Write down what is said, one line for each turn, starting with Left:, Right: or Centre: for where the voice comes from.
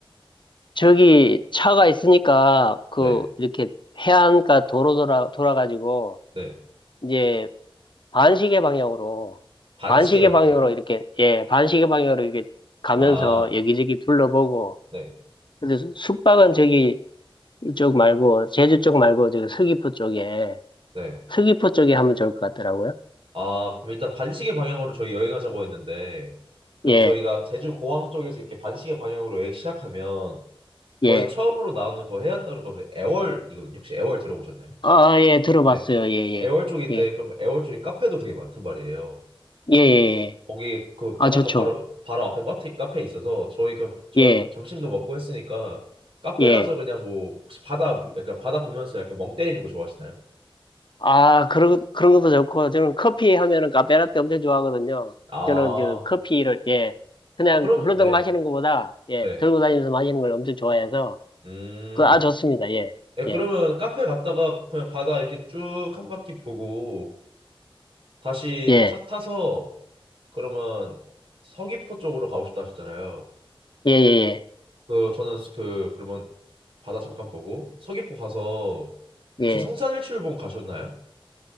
Left: 저기 차가 있으니까 그
Right: 네,
Left: 이렇게 해안가 도로 돌아 돌아가지고
Right: 네.
Left: 이제 반시계 방향으로
Right: 반시계
Left: 반시계
Right: 방향이요.
Left: 방향으로 이렇게 예 반시계 방향으로 이렇게 가면서
Right: 아,
Left: 여기저기 둘러보고
Right: 네,
Left: 근데 숙박은 저기 이쪽 말고 제주 쪽 말고 저기 서귀포 쪽에
Right: 네.
Left: 서귀포 쪽에 하면 좋을 것 같더라고요.
Right: 아, 그럼 일단 반시계 방향으로 저희 여행하자고 했는데, 그럼
Left: 예,
Right: 저희가 제주 공항 쪽에서 이렇게 반시계 방향으로 여행 시작하면, 거의
Left: 예.
Right: 처음으로 나오는 그 해안 따로가 그 애월이거든요. 혹시 애월 들어보셨나요?
Left: 아, 아, 예, 들어봤어요.
Right: 네.
Left: 예, 예.
Right: 애월 쪽인데,
Left: 예,
Right: 그럼 애월 쪽에 카페도 되게 많단 말이에요.
Left: 예, 예. 예.
Right: 거기 그 바닷가
Left: 아, 좋죠.
Right: 바로 바로 앞에 바트 카페 있어서 저희 그럼 전
Left: 예,
Right: 점심도 먹고 했으니까 카페
Left: 예.
Right: 가서 그냥 뭐 혹시 바다 보- 약간 바다 보면서 약간 멍 때리는 거 좋아하시나요?
Left: 아, 그런 그런 것도 좋고 저는 커피 하면은 카페라떼 엄청 좋아하거든요.
Right: 아
Left: 저는 저 커피를 예. 그냥
Right: 그럼
Left: 훌러덩
Right: 네
Left: 마시는 것보다 예,
Right: 네.
Left: 들고 다니면서 마시는 걸 엄청 좋아해서
Right: 음.
Left: 그 아 좋습니다. 예.
Right: 네, 그러면
Left: 예.
Right: 카페 갔다가 그냥 바다 이렇게 쭉 한 바퀴 보고 다시
Left: 예.
Right: 차 타서 그러면 서귀포 쪽으로 가고 싶다 하셨잖아요.
Left: 예, 예,
Right: 그 저는 그 그러면 바다 잠깐 보고 서귀포 가서 혹시
Left: 예. 예.
Right: 성산일출봉 가셨나요?